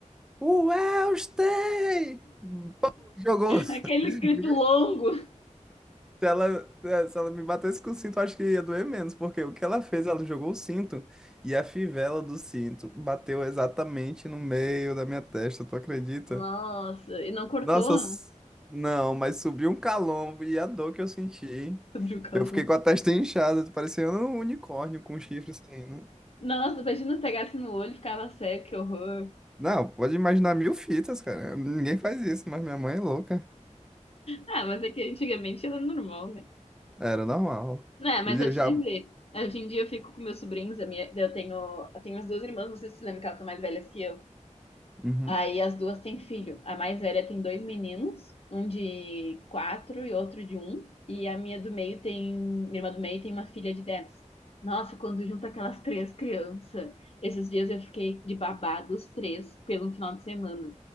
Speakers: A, in the centre; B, on the left (about 50°).
A: Welstey! Pô, Jogou. <laughs>
B: Aquele grito longo.
A: Se ela, eh, se ela me batesse com o cinto, eu acho que ia doer menos, porque o que ela fez, ela jogou o cinto e a fivela do cinto bateu exatamente no meio da minha testa, tu acredita?
B: Nossa, e não cortou,
A: Nossa, s-
B: né?
A: não, mas subiu um calombo e a dor que eu senti.
B: Sobre o calor.
A: Eu fiquei com a testa inchada, parecendo um unicórnio com um chifre saindo.
B: Nossa, imagina pegasse no olho e ficava cego, que horror.
A: Não, pode imaginar mil fitas, cara. Ninguém faz isso, mas minha mãe é louca.
B: Ah, mas é que antigamente era normal, né?
A: Era normal.
B: Né, mas
A: Eles
B: eu te
A: já.
B: dizer, hoje em dia eu fico com meus sobrinhos, a minha, eu tenho, eu tenho as duas irmãs, não sei se você lembra que elas são mais velhas que eu.
A: Uhum.
B: Aí as duas têm filho. A mais velha tem dois meninos, um de quatro e outro de um. E a minha do meio tem, minha irmã do meio tem uma filha de dez. Nossa, quando junta aquelas três crianças, esses dias eu fiquei de babá dos três pelo final de semana.